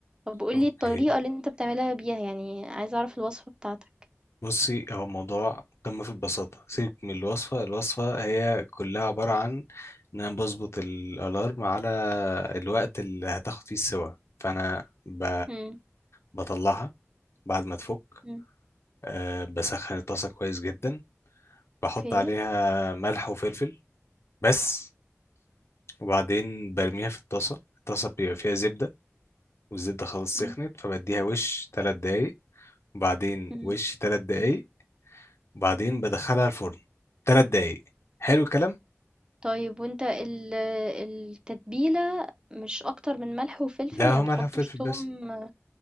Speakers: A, on the right; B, on the left.
A: طب قُل
B: اوكي
A: لي الطريقة اللي أنت بتعملها بيها، يعني عايزة أعرف الوصفة بتاعتك.
B: بصي هو الموضوع قمة في البساطة سيبك من الوصفة الوصفة هي كلها عبارة عن إن أنا بظبط الألارم على الوقت اللي هتاخد فيه السوا فأنا ب...
A: إمم،
B: بطلعها بعد ما تفك
A: إمم،
B: أه بسخن الطاسة كويس جدا بحط
A: أوكي.
B: عليها ملح وفلفل بس وبعدين برميها في الطاسة الطاسة بيبقى فيها زبدة والزبدة خلاص سخنت
A: إمم،
B: فبديها وش تلات دقايق وبعدين
A: إمم.
B: وش تلات دقايق وبعدين بدخلها الفرن تلات دقايق حلو الكلام
A: طيب وأنت ال التتبيلة مش أكتر من ملح وفلفل،
B: لا
A: يعني
B: هو
A: ما
B: مالها
A: بتحطّش
B: فلفل
A: توم
B: بس
A: م